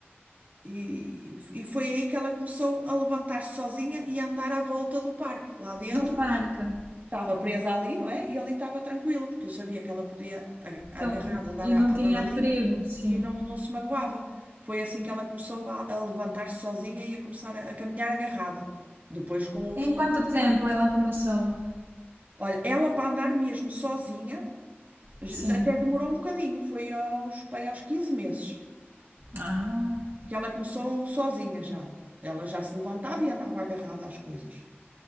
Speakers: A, on the right; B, on the right.
A: e, e foi aí que ela começou a levantar-se sozinha e a andar à volta do parque. Lá dentro,
B: Do parque.
A: fecha- estava presa ali, não é? E ali estava tranquilo, porque eu sabia que ela podia, a-
B: Então,
A: agarrada, dar
B: e
A: a-
B: não tinha
A: andar ali.
B: perigo, sim.
A: e não, não se magoava. Foi assim que ela começou a, a levantar-se sozinha e a começar a, a caminhar agarrada. Depois, com os-
B: Em quanto
A: com o
B: tempo
A: tempo,
B: ela começou?
A: olha, ela para andar mesmo sozinha, j-
B: Sim.
A: até demorou um bocadinho, foi aos, pai, aos 15 meses
B: Ah,
A: que ela começou sozinha já. Ela já se levantava e andava agarrada às coisas.